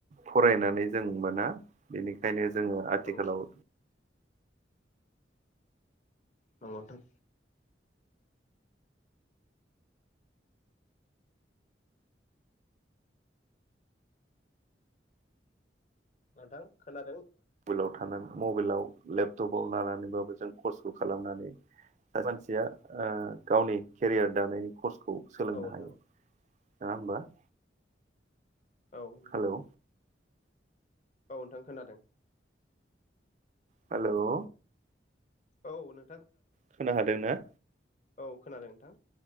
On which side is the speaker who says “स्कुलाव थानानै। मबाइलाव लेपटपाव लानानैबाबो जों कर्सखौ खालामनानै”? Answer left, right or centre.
Right